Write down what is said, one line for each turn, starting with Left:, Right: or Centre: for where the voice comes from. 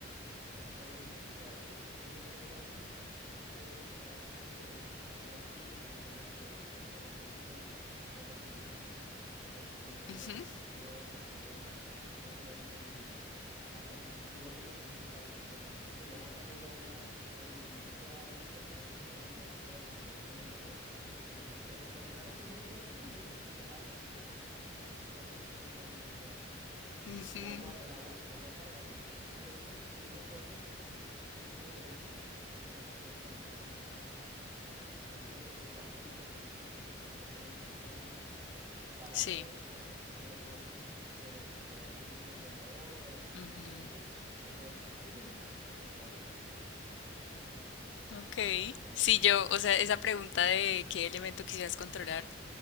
Right: El fuego, yo siento que algo que, que tiene el ser humano que es lo que lo hace todopoderoso. Si, si lo has visto en, en- en los videos, eh, o sea, en las películas donde hay como toda la evolución de la, de la civilización y cómo se han
Left: Ujú,
Right: ido, ha ido desarrollando, el, el- el- la combustión es lo principal que ha hecho, que llevó también a una revolución industrial, a todo el tema de lo que está ahorita, lo que sea, no que al final es energía, pero siento que el fuego, que a pesar de que es muy fuerte, imagínate pues el agua como de los cinco elementos, ya tocando más temas así, pues,
Left: ujú.
Right: el agua, el agua al final lo apaga, ¿no? Pero siento que teniendo fuego es lo que nos hace también poderosos sobre también sobre el resto de los seres vivos, ¿sabes? Es la principal como mecanismo de defensa que empezó a tener el ser humano para
Left: Sí.
Right: poderse proteger de otros, de, de, de algún depredador o de algo
Left: ujú.
Right: que nos podía comer. Yo siento que sí, sería fuego. Sí,
Left: Ok. Si yo, o sea, esa pregunta de qué elemento quisieras controlar,